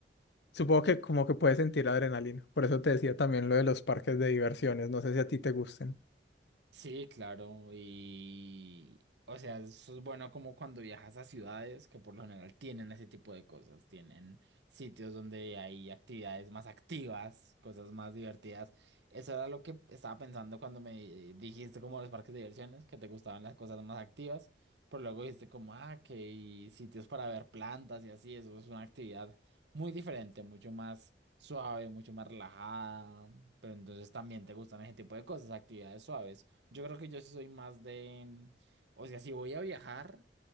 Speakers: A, on the left; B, on the right.
A: supongo que como que puedes sentir adrenalina. Por eso te decía también lo de los parques de diversiones. No sé si a ti te gusten.
B: Sí, claro, y o sea, eso es bueno como cuando viajas a ciudades que por lo general tienen ese tipo de cosas, tienen sitios donde hay actividades más activas, cosas más divertidas. Eso era lo que estaba pensando cuando me dijiste como los parques de diversiones, que te gustaban las cosas más activas, pero luego dijiste como, ah, que hay sitios para ver plantas y así, eso es una actividad muy diferente, mucho más suave, mucho más relajada, pero entonces también te gustan ese tipo de cosas, actividades suaves. Yo creo que yo sí soy más de, mm, o sea, si voy a viajar,